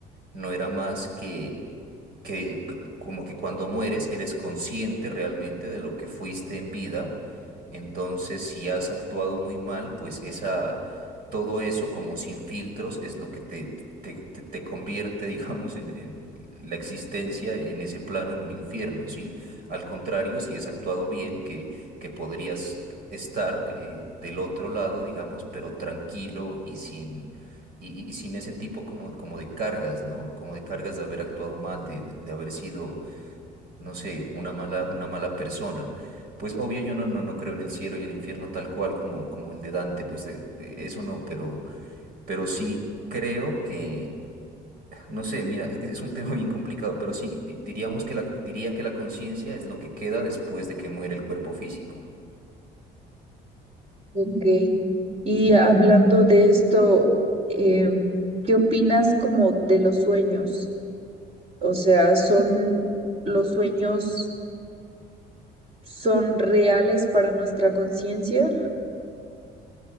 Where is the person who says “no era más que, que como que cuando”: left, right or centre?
Right